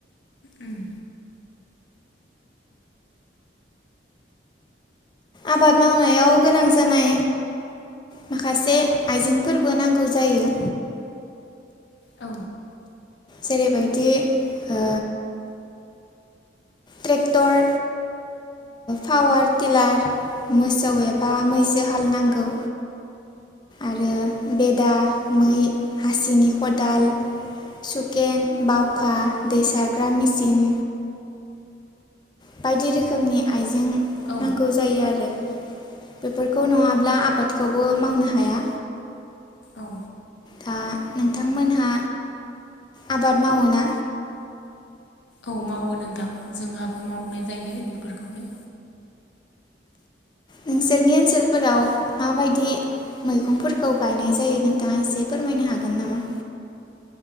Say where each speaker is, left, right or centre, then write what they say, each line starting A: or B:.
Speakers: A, on the left; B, on the left.
A: उम
B: आबाद मावनायाव गोनां जानाय माखासे आइजेंफोरबो नांगौ जायो।
A: औ।
B: जेरैबायदि ओ ट्रेक्टर पावार टिलार मोसौ एबा मैसो हाल नांगौ आरो बेदा, मै, हासिनि, खदाल, सुकेन, बावखा दै सारग्रा मेसिन, बायदि रोखोमनि आइज जों
A: औ
B: नांगौ जायो आरो। बेफोरखौ नङाब्ला आबादखौबो मावनो हाया।
A: औ।
B: दा नोंथांमोनहा आबाद मावोना।
A: औ मावो नोंथां जोंहाबो मावनाय जायो बिफोरखौनो
B: नोंसोरनि ओनसोलफोराव माबायदि मैगंफोरखौ गायनाय जायो नोंथाङा एसे फोरमायनो हागोन नामा